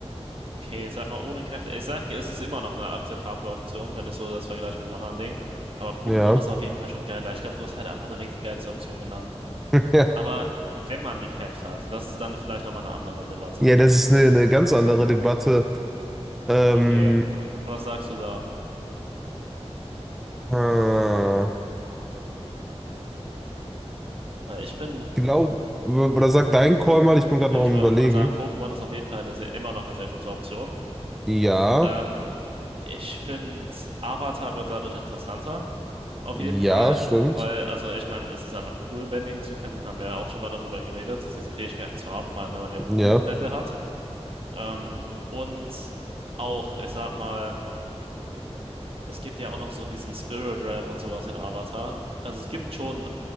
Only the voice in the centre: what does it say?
Ja.
<laughs> Ja,
ja, das ist eine, eine ganz andere Debatte. Ähm,
äh, ich
glaube, oder
sagt dein Call mal, ich bin gerade
noch am
Überlegen.
Ja,
ja,
stimmt.
Ja.